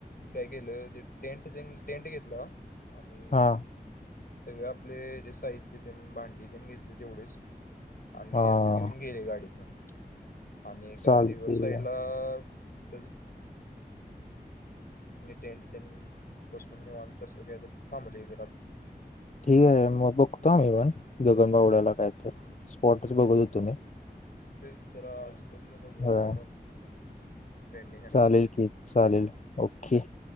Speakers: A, on the left; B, on the left.
A: काय केलं टेंट, टेंट घेरलं? आणि,
B: हा
A: सगळे आपले जे साहित्य तेन भांडी तेन घेतले तेवढेच आणि
B: हा
A: असं घेऊन गेले गाडीतून आणि का
B: चालतंय
A: रिव्हर साईडला <unintelligible> तेन बसून निवांन तसं काय तर थांबली एक
B: ठीक आहे मगं बघतो आम्ही पण गगन बावडयला काय
A: हम्म
B: तर स्पॉटच बघत होतो मी
A: <unintelligible> <unintelligible>
B: होय
A: ट्रेंडिंग आहे.
B: चालेल की चालेल ओके